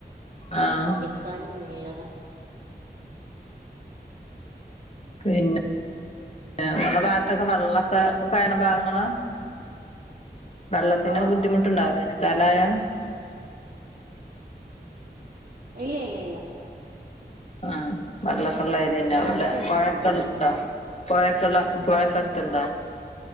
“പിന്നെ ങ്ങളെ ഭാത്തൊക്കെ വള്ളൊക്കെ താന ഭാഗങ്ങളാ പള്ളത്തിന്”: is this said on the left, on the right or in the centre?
Left